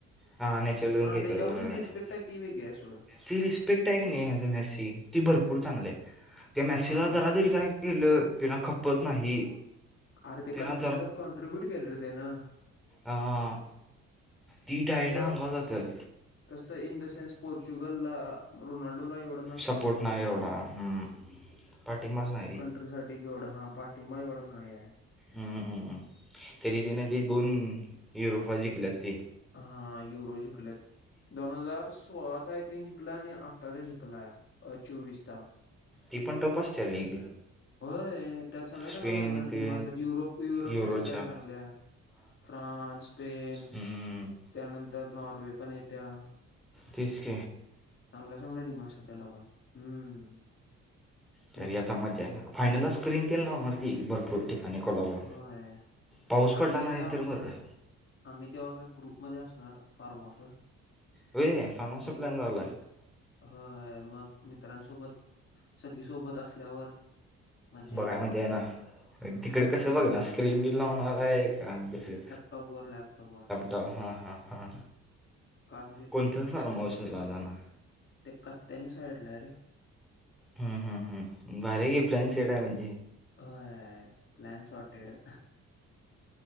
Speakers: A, in the centre; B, on the left.
A: हां नॅचरल
B: हा
A: गम घ्यायचा
B: तेच्याबदल रिस्पेक्ट ती वेगळी आहे सोडं.
A: ती रिस्पेक्ट आहे की नाही ऍज मॅसी ती भरपूर चांगलीयं. त्या
B: हा
A: म्यासीला जरा
B: क-
A: जरी काय केलं तिला खपत नाही.
B: अरे ते
A: त्यांना
B: कंट्रीला कॉन्ट्र्रीब्युट केलं रे तेनं.
A: आहा ती डायरेक्ट
B: तसं
A: अंगावर जात्यात.
B: तसं इन द सेन्स पोर्चुगलला रोनाल्डोला एव
A: सपोर्ट नाही आहे एवढा हं पाठिंबाच नाही रे
B: री साठी एवढं हा पाठिंबा एवढा नाहीय
A: हं हं तरी तेन ते दोन युरोपा जिंकल्यात ते
B: हा युरो जिकल्यात दोन हजार सोळाचा आय थिंक जिंकलाय आणि आत्ताचा जिंकलाय अ चोवीसचा
A: ती पण टफ असते लीग
B: होय त्यात सगळ्या चांगल्या
A: स्पेन
B: चांगल्या
A: ते
B: टीम असतात युरोप युरोपच्या
A: युरोच्या
B: सगळ्या चांगल्या फ्रान्स स्पेन
A: हम्म,
B: त्यानंतर नॉर्वे पण येत्या
A: तसक
B: चांगल्या चांगल्या डिमाांड्स आहेत त्याला पण हम्म
A: तरी
B: तेच
A: आता मज्जा आ ना फायनला स्क्रीन ते नावणारजी भरपूर ठिकाणी कोलावर
B: होय.
A: पाऊस
B: आम्ही
A: पडला
B: काय
A: नाही
B: तेव्हा
A: तर बघा.
B: आम्ही तेव्हा का ग्रुपमध्ये असणार फार्माहाऊसवर.
A: वे
B: मस्तपिकी
A: फार्माचा प्लॅन झाला आहे
B: मित हय मग मित्रांसोबत सगी सोबत असल्यावर मज्जा
A: बघाय
B: येत्या
A: माहितीय
B: बघायला
A: आहे ना तिकडं कसं
B: आणि
A: बघनारं स्क्रीन तेन लावणार आहे का कसं
B: बघू लॅपटॉप वर.
A: त हां हां हां.
B: कारण दथ
A: कोणतं फार्म
B: एक्सस
A: हाऊसला जाणार
B: ते कत्त्यानी साईडला आहे रे
A: भारी घेतलाय सेटप्लॅन्स येड आहे म्हणजे
B: होय प्लान सॉ्टेड